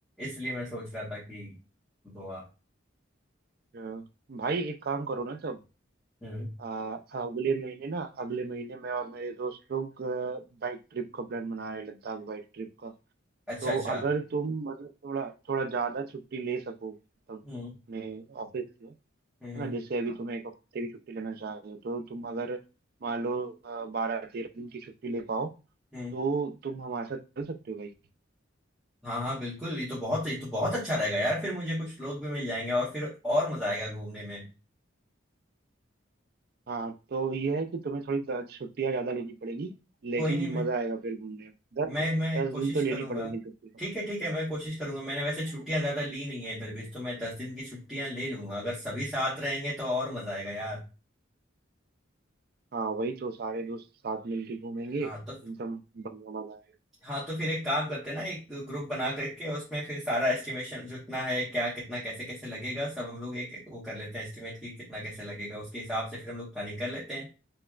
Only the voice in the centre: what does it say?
इसलिए मैं सोच रहा था कि गोवा
हम्म
अच्छा
अच्छा
हम्म
हम्म हम्म
हम्म।
हाँ हाँ बिल्कुल ये तो बहुत ये तो बहुत अच्छा रहेगा यार फिर मुझे कुछ लोग भी मिल जाएंगे और फिर और मजा आएगा घूमने में
कोई नहीं मैं
मैं
मैं
कोशिश
करूंगा
ठीक है ठीक है मैं कोशिश करूंगा मैंने वैसे
छुट्टियां ज्यादा ली नहीं है इधर भी तो मैं दस दिन की छुट्टियां ले लूंगा अगर सभी साथ रहेंगे तो और मजा आएगा यार
हाँ
तो
हाँ तो फिर एक काम करते हैं ना एक ग्रुप बना करके उसमें फिर सारा एस्टिमेशन जितना है क्या कितना कैसे कैसे लगेगा सब हम लोग एक एक वो कर लेते हैं एस्टिमेट कि कितना कैसे लगेगा उसके हिसाब से फिर हम लोग प्लानिंग कर लेते हैं